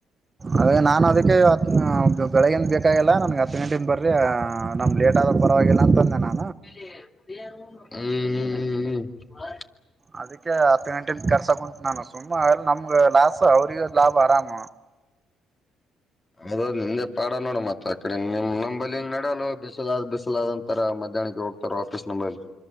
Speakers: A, on the right (about 30°); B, on the left (about 25°).
A: ಅದೇ ನಾನನ್ ಅದಕ್ಕೆ ಹ್ ಬೆಳಗ್ಗಿನಿಂದ ಬೇಕಾಗಿಲ್ಲ ನನಗೆ ಹತ್ತು ಗಂಟೆಯಿಂದ ಬರರಿ ನಮ್ಮಗೆ ಲೇಟ್ ಆದಾಗ ಪರವಾಗಿಲ್ಲ ಅಂತ ನಾನು
B: ಹ್ಮ್ ಹ್ಮ್ ಹ್ಮ್ ಹಾ <inaudible>
A: ಅದಕ್ಕೆ ಹತ್ತು ಗಂಟೆಯಿಂದ ಕರ್ಸಕ ಕುಂತ ನಾನು ಸುಮ್ಮ ನಮ್ಗ ಲಾಸ್ ಅವ್ರಗ ಲಾಭ ಆರಾಮ
B: ಅದದು ನಿಂದೆ ಪಾಡ ನೋಡು ಮತ್ತ ಅಕಡೆ ನಿಮ್ ನಂಬೈಲಿ ಹ ನಡಲ್ಲ ಬಿಸಲಾದ್ ಬಿಸಲಾದ್ ಅಂತಾರ ಮಧ್ಯಾಹ್ಕ್ಕೆ ಹೋಗ್ತಾರ ಆಫೀಸ್ ನಂಬೈಲಿ